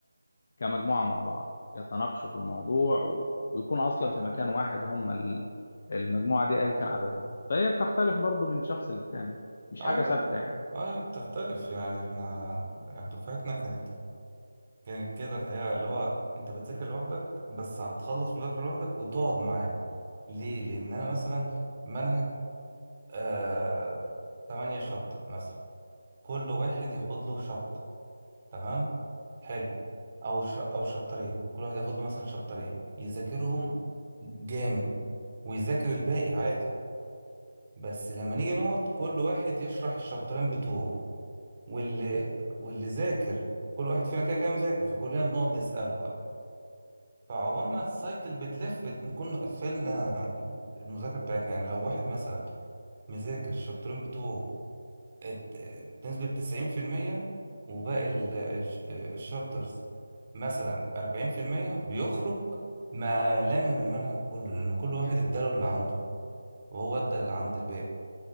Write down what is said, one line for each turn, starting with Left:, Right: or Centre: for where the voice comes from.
Left: كمجموعة مع بعض يتناقشوا في الموضوع و... ويكونوا أصلا في مكان واحد هم ال- المجموعة دي أيا كان عددهم فهي بتختلف برضو من شخص للتاني مش
Right: اه
Left: حاجة ثابتة يعني
Right: اه بتختلف يعني احنا دفعتنا كانت كانت كده الحقيقه اللي هو انت بتذاكر لوحدك بس هتخلص مذاكره لوحدك وتقعد معانا ليه لان انا مثلا منهج آه 8 شابتر مثلا كل واحد ياخد له شابتر تمام حلو او ش... او شابترين كل واحد ياخد له مثلا شابترين يذاكرهم جامد ويذاكر الباقي عادي بس لما نيجي نقعد كل واحد يشرح الشابترين بتوعه واللي واللي ذاكر كل واحد فينا كده كده مذاكر فكلنا بنقعد نسأله بقى فعقبال ما السايكل بتلف نكون قفلنا المذاكرة بتاعتنا يعني لو واحد مثلا مذاكر الشابترين بتوعه ات- بنسبة 90% وباقي ال- ال- الشابترز مثلا 40% بيخرج مع لامم المنهج كله لأن كل واحد اداله اللي عنده وهو ادى اللي عند الباقي